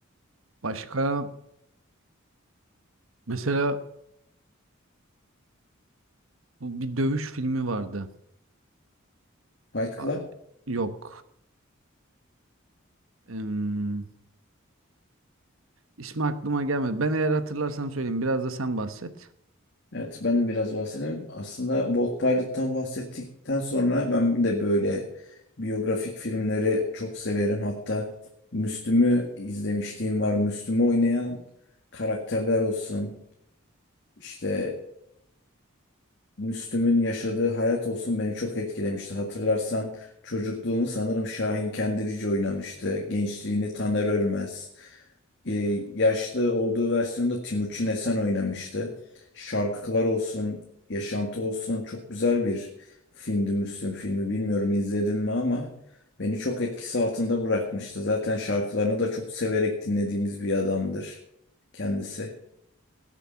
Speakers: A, on the right; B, on the left.
A: Başka mesela bu bir dövüş filmi vardı.
B: Fight
A: A-
B: Club.
A: Yok. Em, ismi aklıma gelmedi. Ben eğer hatırlarsam söyleyeyim. Biraz da sen bahset.
B: Evet ben biraz bahsedeyim. Aslında Bolt Pilot'tan bahsettikten sonra ben de böyle biyografik filmleri çok severim. Hatta Müslüm'ü izlemişliğim var. Müslüm'ü oynayan karakterler olsun. İşte Müslüm'ün yaşadığı hayat olsun beni çok etkilemişti. Hatırlarsan çocukluğunu sanırım Şahin Kendirici oynamıştı. Gençliğini Taner Ölmez. Ee, yaşlı olduğu versiyonda Timuçin Esen oynamıştı. Şarkılar olsun, yaşantı olsun çok güzel bir filmdi Müslüm filmi. Bilmiyorum izledin mi ama beni çok etkisi altında bırakmıştı. Zaten şarkılarını da çok severek dinlediğimiz bir adamdır kendisi.